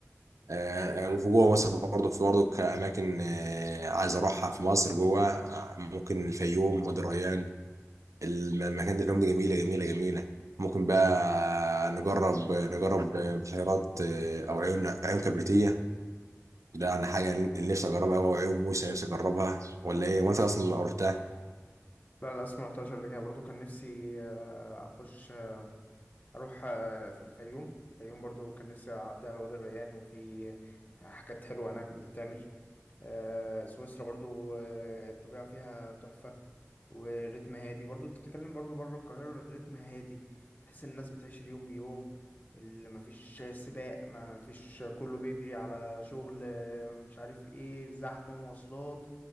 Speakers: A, on the right; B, on the left.
A: آه، وفي جوه مصر برضه في برضه أماكن آه، عايز أروحها في مصر جوه آه، ممكن الفيوم وادي الريان الم- المكان ده الفيوم دي جميلة جميلة جميلة ممكن بقى نجرب نجرب بحيرات آه، أو عيون عيون كبريتية ده يعني حاجة اللي نفسي أجربها أوي أو عيون موسى نفسي أجربها ولا إيه وأنا في أصلا رحتها
B: لا للأسف ما رحتهاش قبل كده برضو كان نفسي آه، أخش آه، أروح آه، في الفيوم الفيوم برضو كان نفسي أعدي على وادي الريان وفي حاجات حلوة هناك بتتعمل آه، سويسرا برضو آه، الطبيعة فيها تحفة والريتم هادي برضو انت بتتكلم برضو بره القاهرة الريتم هادي تحس ان الناس بتعيش اليوم بيوم اللي مفيش سباق مفيش كله بيجري على شغل آه، مش عارف ايه زحمة مواصلات